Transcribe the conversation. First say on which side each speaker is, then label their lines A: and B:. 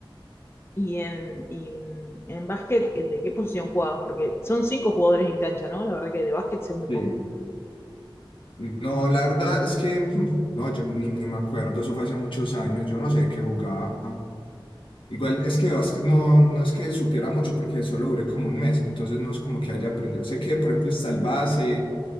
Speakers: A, on the left (about 25°); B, on the left (about 70°).
A: Y en, y mm, en básquet, eh, ¿de qué posición jugabas? Porque son cinco jugadores en cancha, ¿no? La verdad que de básquet sé muy
B: Sí.
A: poco.
B: No, la verdad es que, <laughs> hmm, no, yo ni, ni me acuerdo, eso fue hace muchos años, yo no sé qué jugaba. Igual es que de básquet no, no es que supiera mucho porque solo duré como un mes, entonces no es como que haya aprendido. Sé que, por ejemplo, está el base,